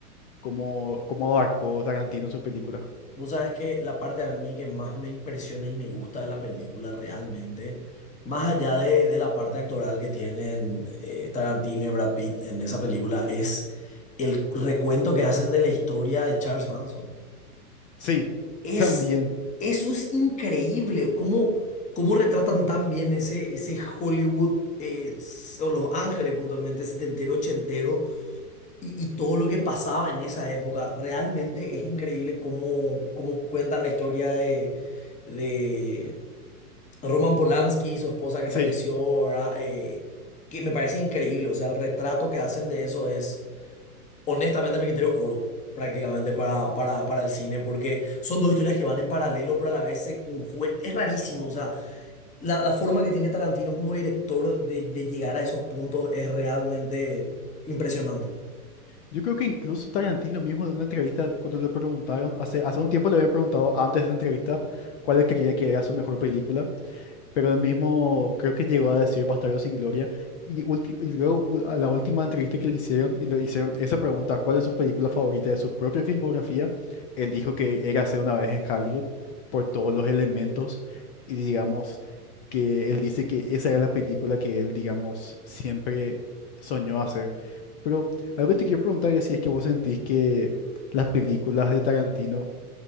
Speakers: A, on the left; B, on the left.
A: cómo, cómo abarcó Tarantino su película.
B: vos sabes que la parte a mí que más me impresiona y me gusta de la película realmente, más allá de, de la parte actoral que tienen eh, Tarantino y Brad Pitt en esa película, es el recuento que hacen de la historia de Charles Manson.
A: Sí,
B: Es,
A: también,
B: eso es increíble, cómo, cómo retratan tan bien ese, ese Hollywood, eh, o Los Ángeles puntualmente, setentero, ochentero, y, y todo lo que pasaba en esa época. Realmente es increíble cómo, cómo cuentan la historia de, de Roman Polanski, su esposa que
A: sí.
B: falleció, ¿verdad? Eh, que me parece increíble, o sea, el retrato que hacen de eso es Honestamente, a mi criterio, oro prácticamente para, para, para el cine, porque son dos historias que van en paralelo, pero a la vez se conjugan. Es rarísimo, o sea, la, la forma que tiene Tarantino como director de, de llegar a esos puntos es realmente impresionante.
A: Yo creo que incluso Tarantino mismo en una entrevista, cuando le preguntaron, hace, hace un tiempo le habían preguntado antes de esa entrevista, cuál creía que era su mejor película. pero él mismo creo que llegó a decir Bastardo sin Gloria. Y, ulti- y luego u- a la última entrevista que le hicieron y le hicieron esa pregunta, ¿cuál es su película favorita de su propia filmografía? Él dijo que Érase una vez en Hollywood por todos los elementos y digamos que él dice que esa era la película que él, digamos, siempre soñó hacer. Pero algo que te quiero preguntar es si es que vos sentís que las películas de Tarantino